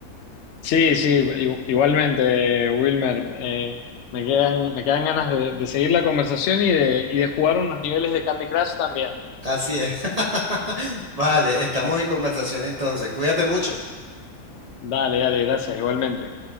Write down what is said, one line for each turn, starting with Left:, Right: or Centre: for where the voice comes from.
Left: Sí, sí, i- igualmente, eh, Wilmer. eh, me quedan, me quedan ganas de, de seguir la conversación y de, y de jugar unos niveles de Candy Crush también.
Right: Así es. <laughs> Vale, estamos
Left: Así-
Right: en conversación entonces. Cuídate mucho.
Left: Dale, dale, gracias, igualmente.